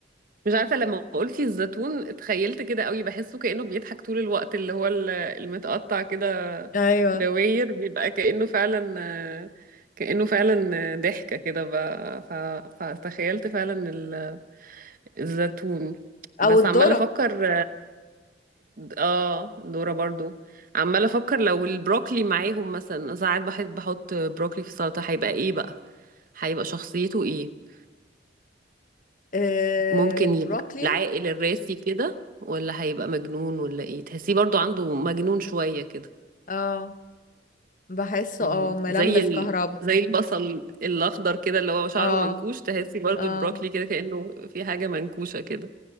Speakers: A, on the right; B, on the left.
A: مش عارفة لما قلتي الزيتون اتخيلت كده قوي بحسه كأنه بيضحك طول الوقت اللي هو ال- المتقطع كده
B: ايوه
A: دواير بيبقى كأنه فعلا كأنه فعلا ضحكة كده ف... ف... فتخيلت فعلا ال- الزيتون بس
B: او الذرة
A: عمالة افكر اه دورة برضو عمالة افكر لو البروكلي معاهم مثلا ساعات بحب احط بروكلي في السلطة هيبقى ايه بقى هيبقى شخصيته ايه
B: آه
A: ممكن
B: البروكلي
A: يبقى العاقل الراسي كده ولا هيبقى مجنون ولا ايه تحسيه برضو عنده مجنون شوية كده
B: اه بحسه
A: مم.
B: اه ملمس
A: زي ال...
B: كهرباء
A: زي البصل الاخضر كده اللي هو شعره
B: اه
A: منكوش تحسي برضو
B: اه
A: البروكلي كده كأنه في حاجة منكوشة كده